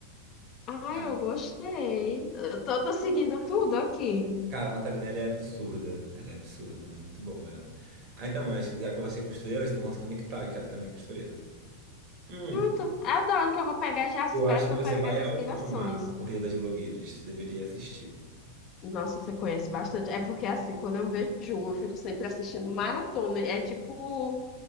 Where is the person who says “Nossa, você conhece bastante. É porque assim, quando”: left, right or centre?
Left